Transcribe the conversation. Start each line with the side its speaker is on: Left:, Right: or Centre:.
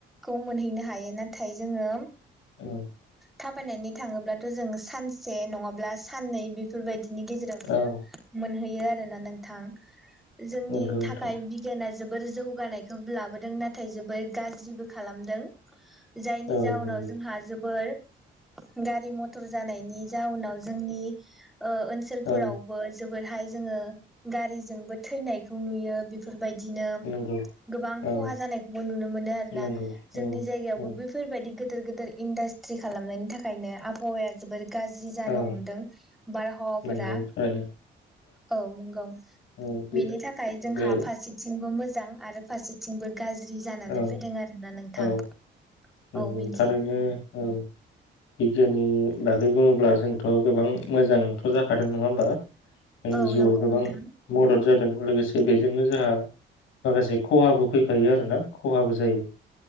Centre: खौ मोनहैनो हायो नाथाय जोङो
Left: औ
Centre: थाबायनानै थाङोब्लाथ' जोंङो सानसे नङाब्ला साननै बेफोरबायदि नि गेजेरावसो
Left: औ
Centre: मोनहैयो आरोना नोंथां जोंनि
Left: नंगौ नोंथां
Centre: थाखाय बिगियाना जोबोर जौगानायखौबो लाबोदों नाथाय जोबोद गाज्रिबो खालामदों जायनि
Left: औ
Centre: जाउनाव
Left: नंगौ
Centre: जोंहा जोबोर गारि मथर जानायनि जाउनाव जोंनि ओ ओनसोलफोरावबो
Left: औ
Centre: जोबोदहाय जोङो गारिजोंबो थैनायखौ नुयो बेफोरबाय दिनो
Left: नंगौ
Centre: गोबां
Left: औ
Centre: खहा जानायखौबो नुनो मोनो आरोना
Left: नंगौ
Centre: जोंनि
Left: औ
Centre: जायगायावबो
Left: औ
Centre: बेैफोरबायदि गो गोदोर गोदोर इन्डास्ट्रि खालामनायनि थाखायनो आबहावाया जोबोर गाज्रि जानो
Left: औ
Centre: हमदों बारहावाफोरा
Left: नंगौ थारैनो
Centre: औ नंगौ
Left: औ बेबायदिनो
Centre: बेनि थाखाय
Left: नंगौ
Centre: जोंहा फारसेथिंबो मोजां मोजां आरो फारसेथिंबो गाज्रि जानानै
Left: औ
Centre: फैदों आरोना नोंथां
Left: औ नंगौ
Centre: औ बेनोसै
Left: थारैनो औ बिगियाननि बा गै बुङोब्ला जोंथ' गोबां मोजांथ' जाखादों नङा होमबा जोंनि
Centre: औ
Left: जिउआव
Centre: नंगौ
Left: गोबां
Centre: नोंथां
Left: मदद जादों लोगोसे बेजोंनो जोंहा माखासे खहाबो फैफायो आरोना खहाबो जायो